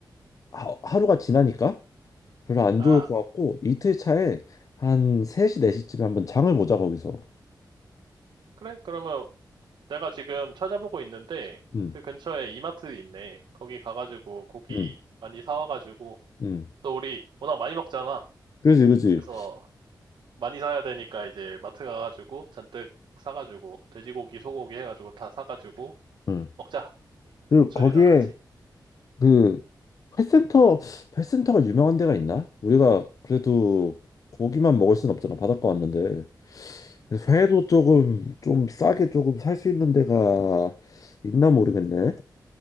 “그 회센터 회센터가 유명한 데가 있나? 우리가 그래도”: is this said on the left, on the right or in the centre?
Left